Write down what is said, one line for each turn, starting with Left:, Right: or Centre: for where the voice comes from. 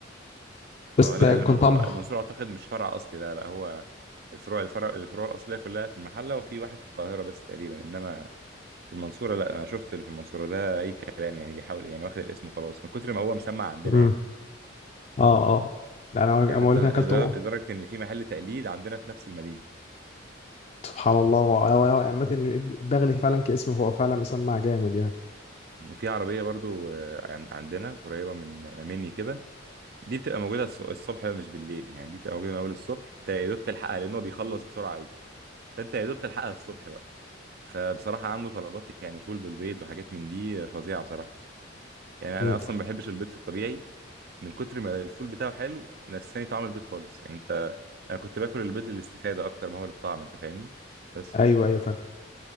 Left: بس
Right: اه
Left: تا-
Right: لا المنصورة
Left: كان طعمه
Right: المنصورة أعتقد مش فرع أصلي لا لا هو الفروع الفرع الفروع الأصلية كلها في المحلة وفي واحد في القاهرة بس تقريبا إنما في المنصورة لا أنا شفت اللي في المنصورة ده أي كلام يعني بيحاول يعني واخد الاسم وخلاص من كتر ما هو مسمع عندنا
Left: امم
Right: يعني
Left: اه اه ده انا انا
Right: يعني حتى
Left: بقول لك انا
Right: لدر-
Left: اكلت أم-
Right: لدرجة إن في محل تقليد عندنا في نفس المدينة
Left: سبحان الله هو هو- هو عامة البغل فعلا كاسمه هو فعلا مسمع جامد يعني
Right: وفي عربية برضو آه، عن- عندنا قريبة من مني كده دي بتبقى موجودة الص- الصبح مش بالليل يعني دي بتبقى موجودة من أول الصبح أنت يا دوب تلحقها لأن هو بيخلص بسرعة أوي فأنت يا دوب تلحقها الصبح بقى فبصراحة عنده طلبات يعني فول بالبيض وحاجات من دي فظيعة بصراحة يعني
Left: مم.
Right: أنا أصلا ما بحبش البيض في الطبيعي من كتر ما الفول بتاعه حلو نساني طعم البيض خالص يعني أنت أنا كنت باكل البيض للاستفادة أكتر ما هو للطعم أنت فاهمني بس
Left: ايوه ايوه فاهم